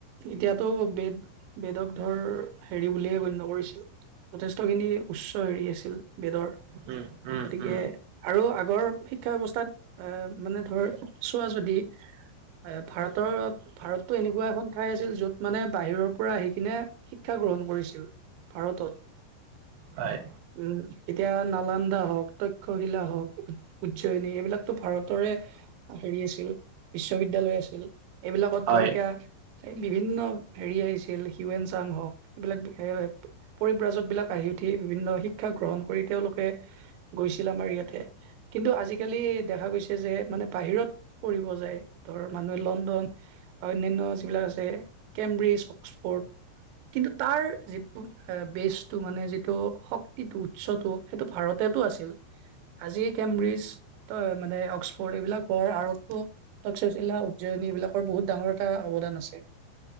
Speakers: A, on the right; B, on the right.
A: এতিয়াতো বেদ বেদক ধৰ হেৰি বুলিহে গণ্য কৰিছিল যথেষ্টখিনি উচ্চ হেৰি আছিল বেদৰ
B: উম উম
A: গতিকে
B: উম
A: আৰু আগৰ শিক্ষা ব্যৱস্থাত এ মানে ধৰ চোৱা যদি এ ভাৰতত ভাৰততো এনেকোৱা এখন ঠাই আছিল য'ত মানে বাহিৰৰ পৰা আহি কিনে শিক্ষা গ্ৰহণ কৰিছিল ভাৰতত
B: হয়
A: উম এতিয়া নালান্দা হওক তক্ষশিলা হওক উজ্জয়নী এইবিলাকতো ভাৰতৰে হেৰি আছিল বিশ্ববিদ্যালয় আছিল এইবিলাকত
B: হয়
A: ধৰ এতিয়া এ বিভিন্ন হেৰি আহিছিল হিউৱেন চাং হওক এইবিলাক পৰিব্ৰাজক বিলাক আহি উঠি বিভিন্ন শিক্ষা গ্ৰহণ কৰি তেওঁলোকে গৈছিল আমাৰ ইয়াতে কিন্তু আজিকালি দেখা গৈছে যে মানে বাহিৰত পঢ়িব যায় ধৰ মানুহে লণ্ডন বা অন্যান্য যিবিলাক আছে কেম্ব্ৰীজ অক্সফৰ্ড কিন্তু তাৰ যিটো বেচটো মানে যিটো শ ক্তিটো উৎসটো সেইটো ভাৰতেতো আছিল আজি কেম্ব্ৰিজতৰ মানে অক্সফৰ্ড এইবিলাক হোৱাৰ আৰতো তক্ষশিলা উজ্জয়িনী এইবিলাকৰ বহুত ডাঙৰ এটা অৱদান আছে